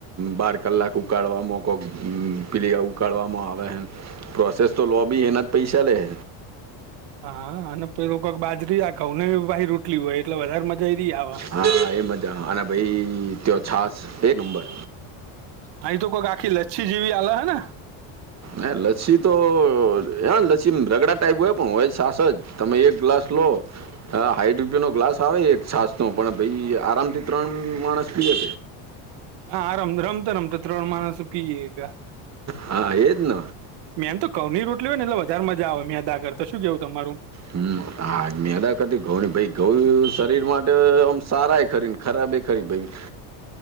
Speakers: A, on the right; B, on the right.
A: બાર કલાક ઉકાળવા મોકો. પીલી આવું ઉકાળવામાં આવે પ્રોસેસ
B: ને
A: તો લો બી એના જ પૈસા લેે.
B: હા અને પેલું કક બાજરી આ કઉ ભાઈ રોટલી હોય એટલે વધારે મજા. એરી આવે
A: હા એ મજા અને ભઈ તે છાશ એક નંબર.
B: અહી તો કોઈક આખી લચ્છી જેવી આલે હે ને.
A: હે લચ્છી તો હા લચ્છી રગડા ટાઈપ હોય પણ હોય સાસ જ તમે એક. ગ્લાસ લો. હા હાઈઠ રૂપયો નો ગ્લાસ આવે એક છાસ નો પણ ભઈ આરામ થી ત્રણ માણસ પીએ.
B: હા રમ રમતો રમતો ત્રણ માણસ પી જ‌ઈ ઘા.
A: હા એજ ન.
B: મેમ તો ગઉ ની રોટલી હોય ને એટલે વધારે મજા આવે મેંદા કરતે તો શું કેવ તમારુ.
A: હમ આજ ને મેંદા કરતી ઘઉં ની ભાઈ ઘઉ શરીર માટે ઓમ સારા એ ખરી. ખરાબી ખરી ભાઈ.